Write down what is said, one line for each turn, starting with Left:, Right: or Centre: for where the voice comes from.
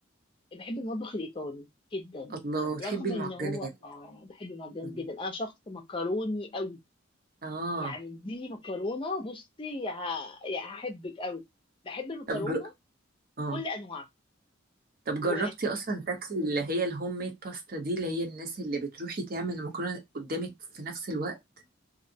Left: بحب المطبخ الايطالي جدا
Right: الله بتحبي
Left: رغم
Right: المعجنات
Left: ان هو اه بحب المعجنات
Right: مم.
Left: جدا انا شخص مكروني قوي
Right: اه
Left: يعني اديني مكرونه بصي ه... يعني هحبك قوي بحب المكرونه
Right: طب ج- اه
Left: بكل انواعها
Right: طب
Left: و
Right: جربتي اصلا تاكلي اللي هي الهوم ميد باستا دي اللي هي الناس اللي بتروحي تعمل المكرونه قدامك في نفس الوقت